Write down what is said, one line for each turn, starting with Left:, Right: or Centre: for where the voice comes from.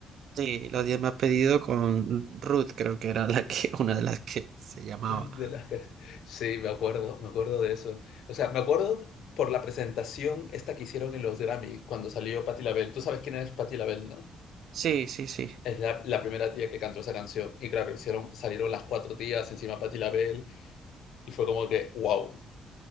Right: Sí, los 10 más pedidos con Ruth, creo que era la que, <laughs> una de las que se llamaba.
Left: De las que... Sí, me acuerdo, me acuerdo de eso. O sea, me acuerdo por la presentación esta que hicieron en los Grammy cuando salió Patti LaBelle. Tú sabes quién es Patti LaBelle, ¿no?
Right: Sí, sí, sí.
Left: Es la, la primera tía que cantó esa canción. Y claro, hicieron, salieron las cuatro tías encima Patti LaBelle y fue como que, wow.